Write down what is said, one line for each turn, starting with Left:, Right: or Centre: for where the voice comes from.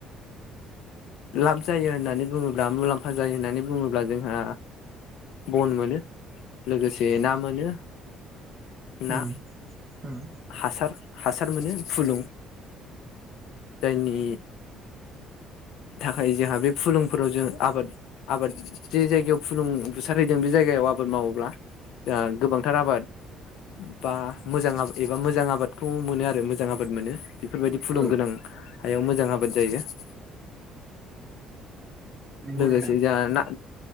Left: लाब जायो होननानै बुङोब्ला मुलाम्फा जायो होननानै बुङोब्ला जोंहा बन मोनो लोगोसे ना मोनो। ना
Right: उम उम
Left: हासार हासार मोनो फुलुं जायनि थाखाय जोंहा बे फुलुंफोराव जों आबाद आबाद जे जायगायाव फुलुं बुसारहैदों बे जायगायाव आबाद मावोब्ला जोंहा गोबांथार आबाद बा मोजां एबा मोजां आबादखौ मोनो आरो मोजां आबाद मोनो। बेफोरबायदि फुलुंगोनां
Right: औ
Left: हायाव मोजां आबाद जायो। <inaudible> <inaudible>
Right: नंगौ
Left: लोगोसे
Right: नोंथां
Left: जाहा ना